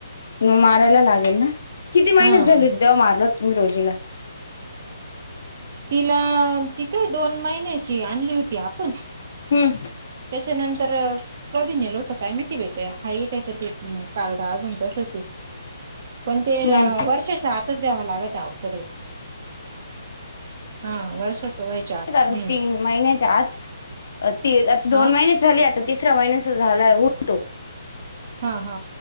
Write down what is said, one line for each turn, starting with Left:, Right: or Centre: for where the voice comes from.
Left: म मारायला लागेल ना? किती महिन्याची
Right: हा
Left: झाली होती, तेव्हा मारलं तुम्ही रोजीला?
Right: तिला अ ती काय दोन महिन्याची आणली होती आपण
Left: हम्म.
Right: त्याच्यानंतर कधी नेलं होतं काय माहिती बाई त्या, हाये त्याच्यात एक कार्ड अजून तसच ये. पण ते
Left: हम्म
Right: वर्षाच्या आतच द्याव्या लागत्या आओ सगळे. हा वर्षाच्या व्हायच्या आत,
Left: कारण
Right: हम्म.
Left: तीन महिन्याच्या आत, ती आता दोन
Right: हा
Left: महिन्याची झाली, आता तिसऱ्या महिन्याचा झालाय हूल तो.
Right: हा हा